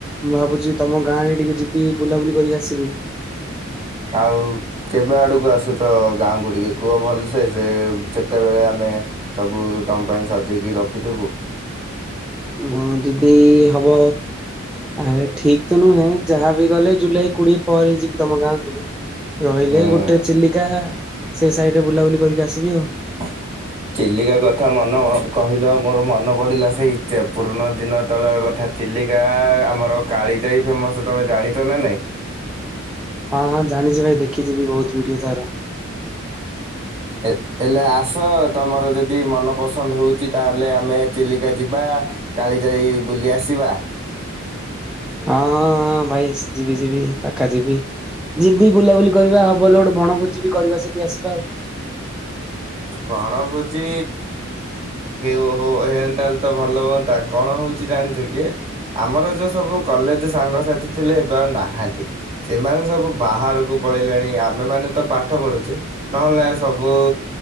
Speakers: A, in the centre; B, on the right.
A: ମୁଁ ଭାବୁଛି ତମ ଗାଁରେ ଟିକେ ଯିବି ବୁଲାବୁଲି କରିକି ଆସିବି।
B: ଆଉ କେବେ ଆଡ଼କୁ ଆସୁଛ ଗାଁକୁୁ ଟିକେ କୁଅ ଭଲସେ ସେ ସେତେବେଳେ ଆମେ ସବୁ ତମ ପାଇଁ ସାଜେଇକି ରଖିଥିବୁ।
A: ମୁଁ ଯିବି ହବ ଆରେ ଠିକ ତ ନୁହେଁ ଯାହା ବିି ଗଲେ ଜୁଲାଇ କୋଡିଏ ପରେ ହେଇ ଯିବି ତମ ଗାଁକୁ। ରହିଲେ
B: ହୁଁ
A: ଗୋଟେ ଚିଲିକା ସେ ସାଇଡ ବୁଲାବୁଲି କରିକି ଆସିବି ଆଉ।
B: <inaudible> ଚିଲିକା କଥା ମନ କହିଲ ମୋର ମନ ପଡିଲା ସେଇ ପୁରୁଣା ଦିନ ତଳ କଥା। ଚିଲିକା ଆମର କାଳିଜାଇ ଫେମସ୍ ତମେ ଜାଣିଛ ନା ନାଇଁ।
A: ହଁ ହଁ ଜାଣିଛି ଭାଇ ଦେଖିଛିିବି ବହୁତ ଭିଡିଓ ତାର।
B: ହେ ହେଲେ ଆସ ତମର ଯଦି ମନ ପସନ୍ଦ ହଉଛି ତାହେଲେ ଆମେ ଚିଲିକା ଯିବା। କାଳିଯାଇ ବୁଲି ଆସିବା।
A: ହଁ ହଁ ହଁ ଭାଇ ଯିବି ଯିବି ପାକା ଯିବି। ଯିବି ବୁଲାବୁଲି କରିବା ହଉ ଭଲ ଗୋଟେ ବଣଭୋଜି ବି କରିବା ସେଠି ଆସିବା ଆଉ।
B: ବଣଭୋଜି ହେ ହଉ ହେଅନ୍ତାହଲେ ତ ଭଲ ହୁଅନ୍ତା କଣ ହଉଛି ଜାଣିଛ କି? ଆମର ଯେଉଁ ସବୁ କଲେଜ ସାଙ୍ଗସାଥି ଥିଲେ ଏବେ ଆଉ ନାହାନ୍ତି। ସେମାନେ ସବୁ ବାହାରକୁ ପଳେଇଲେଣି ଆମେମାନେ ତ ପାଠ ପଢୁଛେ। ନହେଲେ ଆଉ ସବୁ